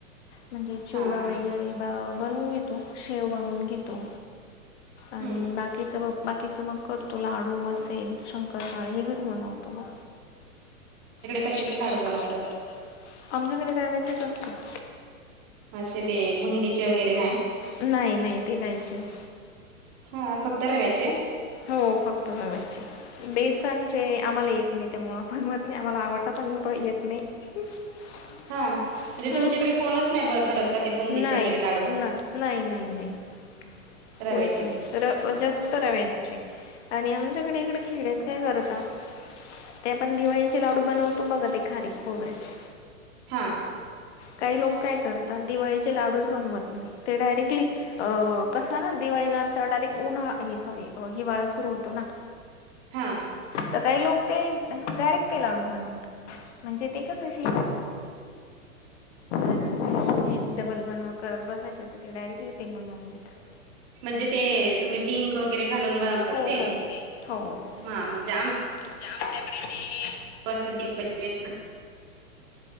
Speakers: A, on the left; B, on the right.
A: म्हणजे चिवडा
B: हा हा
A: वगैरे बनवून घेतो शेव बनवून घेतो. आणि
B: हम्म
A: बाकीच मग बाकीच मग करतो लाडू होऊ असेल शंकर बाळे हे घरी बनवतो म. तुमच्याकडे
B: कशाचे लाडू
A: कशाचेडू
B: बनवतात
A: बनवतात आमच्याकडे रव्याचेच असतात.
B: असे ते बुंदीचे वगैरे नाही
A: नाही नाही ते काहीच नाही.
B: हा फक्त रव्याचे.
A: हो फक्त रव्याचे. बेसनचे आम्हाला येत नाही त्यामुळं बनवत नाही आम्हाला आवडता पण येत नाही. <unintelligible>
B: हा म्हणजे
A: हम्म
B: तुमच्याकडे
A: हम्म
B: कोणच नाही ब करत का ते बुंदीचे
A: नाही
B: वगैरे लाडू
A: ना नाही नाही नाही. <unintelligible>
B: रव्याचेच.
A: तर जास्त रव्याचे. आणि आमच्याकडे इकडे खीरेत आहेत काय करता. ते आपण दिवाळीचे लाडू बनवतो बघा ते खारी खोबरेच
B: हां.
A: काही लोक काय करतात दिवाळीचे लाडूच बनवत नाही ते डायरेक्टली अ कस ना दिवाळी नंतर डायरेक्ट उन्हा हे सॉरी हिवाळा सुरू होत हो ना.
B: हा.
A: तर काही लोक ते डायरेक्ट ते लाडू बनवतात म्हणजे ते कस श तर हे डबल बनवा करत बसायचे तर ते डायरेक्टली ते बनवून घेतात.
B: म्हणजे ते तुम्ही डिंक वगैरे घालून बनवतात
A: हो
B: ते
A: हो हो.
B: हा म्हणजे
A: हा म्हणजे आमच्याकडे ते
B: त